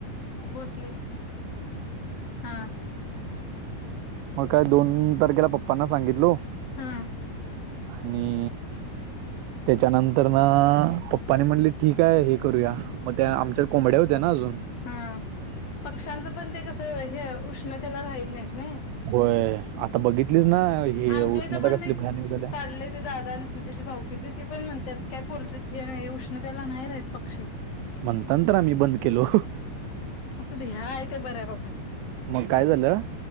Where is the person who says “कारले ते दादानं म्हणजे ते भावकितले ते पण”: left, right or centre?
Left